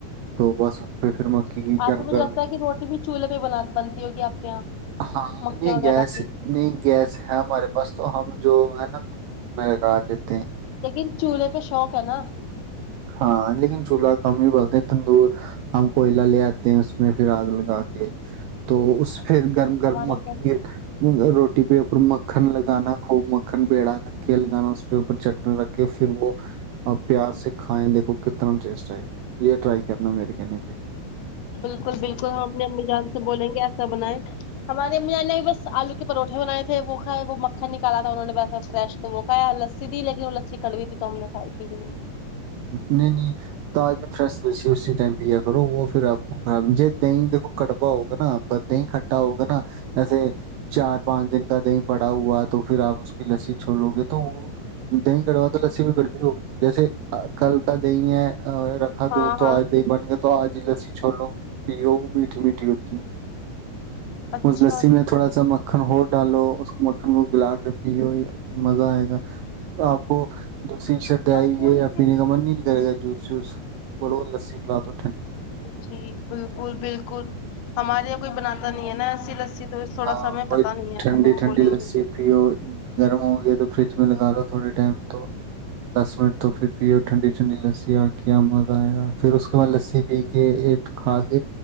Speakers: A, on the right; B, on the left.
A: تو بس پہ پھر مکی کی
B: آپ
A: گرم
B: تو مجھے
A: گرم
B: لگتا ہے کہ روٹی بھی چولہے پہ ب بنتی ہوگی آپ کے یہاں
A: ہاں
B: مکے
A: نہیں
B: وغیرہ
A: گیس
B: کی
A: نہیں گ س ہے ہمارے پاس تو ہم جو ہے نا تم دور میں لگا لیتے ہیں
B: لیکن چولہے پہ شوق ہے نا
A: ہاں لیکن چولہا کم ہی بولتے تندور ہم کوئلہ لے آتے ہیں اس اس میں پھر آگ لگا کے تو اس پھر گرم گرم
B: ہمارے
A: مکی کے روٹی پہ اوپر م مکھن لگانا خوب مکھن پڑا رکھ کے لگانا اس پ اوپر چٹنی رکھ کے پھر وہ پیاس سے کھیں دیکھو کتنا ٹیسٹ آئے گا یہ ٹرائی کرنا مے کہنی بائی
B: بالکل بالکل ہم اپنی امی جان سے بولیں گے ایسا بنائیں ہمارےمی نے بس آلو کے پروھے بنائے تھے وہ کھائے وہ مکھن نکالا تھا انہوں نے ویسا فریش تو وہ کایا لسی دی لیکن وہ لسی کڑوئی تھی تو ہم نے کھائی تھی نہیں
A: نہیں نہیں تج میں فریش ل اسی ٹائم پیا کرو وہ پھر آپ کو خرابج دہی دیکھو کڑوا ہوگا نا آپ کا دہی کھٹا ہوگا نا جیسے چار پانچ دن کا کہیں پڑا ہوا تو پھر آپ اس کی لسی چھوڑ لوگے تو وہ دہی گڑوا تو لسی بھی گڑوی ہوگی جیسے ہاں کل کا دی ہے رکھا
B: ہاں
A: دو تو
B: ہاں
A: آج دی بن گ تو آج لسی چھو لو پ وہ میٹھی میٹھی ہوتی ہے
B: اچھا
A: اس لسی میں تھوڑا سا مکھن ہوٹ ڈالو مکھن کو گلا کے پیو مزہ آئے گا آپ کو دوسری شر دئی
B: اچھا
A: یہ من ہی نہیں کرےا جوس جوس بول لسی پلا تو
B: جی بالکل بالکل ہمارے کوئی بناتا نہیں ہے نا اسسی لسی تو تھوڑا
A: ہاں
B: سا ہمیں
A: کوئی
B: پتا نہیں ہے
A: ٹھنڈی
B: اب ہم
A: ٹھنڈی
B: بولیں
A: لسی
B: گے
A: پیو گرموں تو فریج میں لگا لو تھوڑے ٹائم تو دس منٹ تو پھر پیو ٹھنڈی ٹھنڈی لسی آ کے مزہ آئے گا پھر اس کے بعد لسی پی کے کھا کے